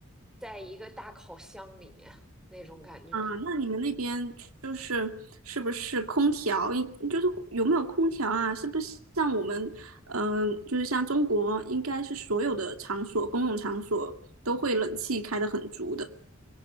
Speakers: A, in the centre; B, on the right.
A: 在一个大烤箱里面 <laughs> 那种感觉。
B: 啊，那你们那边就是是不是空调？应就是有没有空调啊？是不是像我们，嗯、就是像中国，应该是所有的场所，公共场所都会冷气开得很足的。